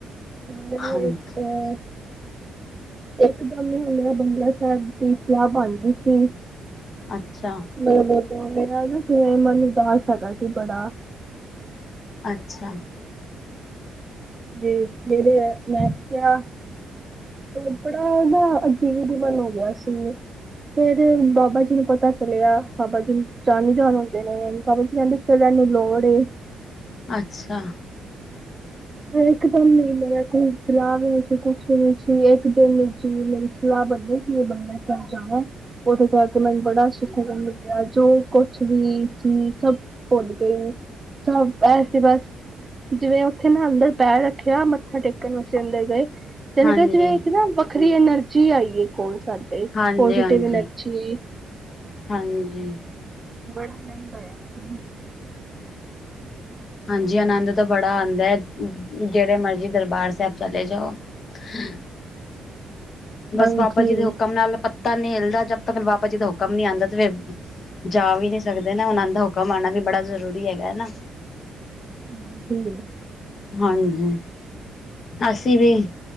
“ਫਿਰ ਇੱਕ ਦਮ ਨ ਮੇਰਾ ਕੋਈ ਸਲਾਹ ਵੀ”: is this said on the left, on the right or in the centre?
Right